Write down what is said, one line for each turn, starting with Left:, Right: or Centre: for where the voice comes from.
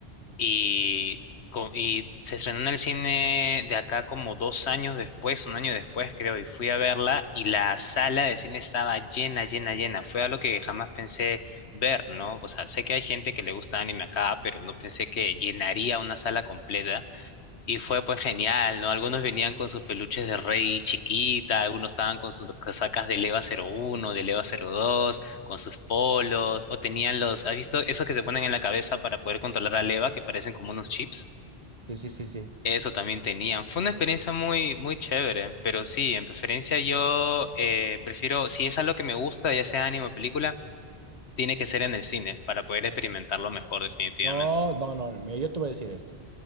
Left: Y, co- y se estrenó en el cine de acá como dos años después, un año después creo, y fui a verla y la sala de cine estaba llena, llena, llena. Fue algo que jamás pensé ver, ¿no? O sea, sé que hay gente que le gusta anime acá, pero no pensé que llenaría una sala completa. Y fue pues genial, ¿no? Algunos venían con sus peluches de Rey chiquita, algunos estaban con sus casacas de Leva cero uno de Leva cero dos con sus polos, o tenían los, ¿has visto esos que se ponen en la cabeza para poder controlar a Leva, que parecen como unos chips?
Right: Sí, sí, sí, sí.
Left: Eso también tenían. Fue una experiencia muy, muy chévere, pero sí, en preferencia yo eh, prefiero, si es algo que me gusta, ya sea anime o película, tiene que ser en el cine para poder experimentarlo mejor, definitivamente.
Right: No, no, no, mira, yo te voy a decir esto.